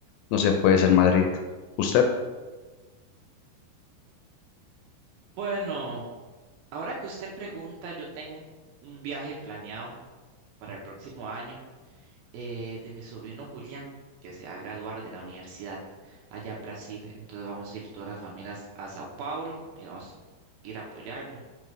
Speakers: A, on the left; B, on the right.
A: no sé, puede ser Madrid. ¿Usted?
B: Bueno. Ahora que usted pregunta, yo tengo un, un viaje planeado para el próximo año eh, de mi sobrino Julián, que se va a graduar de la universidad allá en Brasil. Entonces vamos a ir todas las familias a Sao Paulo y vamos a ir a apoyarlo,